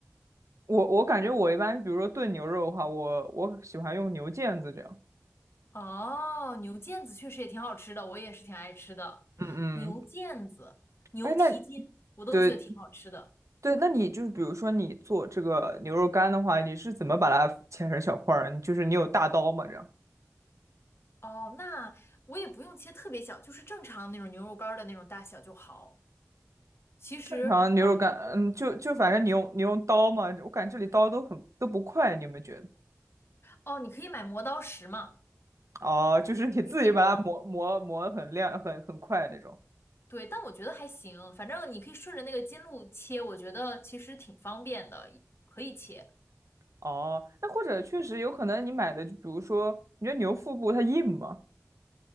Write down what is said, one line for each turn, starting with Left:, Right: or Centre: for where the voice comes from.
Right: 我，我感觉我一般，比如说炖牛肉的话，我我喜欢用牛腱子这样。
Left: 哦，牛腱子确实也挺好吃的，我也是挺爱吃的。
Right: 嗯嗯，
Left: 牛腱子、牛蹄筋，
Right: 哎，那
Left: 我都觉得挺好吃的。
Right: 对对，那你就是比如说你做这个牛肉干的话，你是怎么把它切成小块儿？你就是你有大刀吗？这样？
Left: 哦，那我也不用切特别小，就是正常那种牛肉干儿的那种大小就好。其实，
Right: 然后牛肉干，
Left: 呃，就是
Right: 嗯，就就反正你用你用刀嘛，我感觉这里刀都很都不快，你有没有觉得？
Left: 哦，你可以买磨刀石嘛，
Right: 哦，就是你自己把它磨磨磨得很亮，
Left: 你可以自己磨。
Right: 很很快那种。
Left: 对，但我觉得还行，反正你可以顺着那个筋路切，我觉得其实挺方便的，可以切。
Right: 哦，那或者确实有可能你买的，就比如说，你觉得牛腹部它硬吗？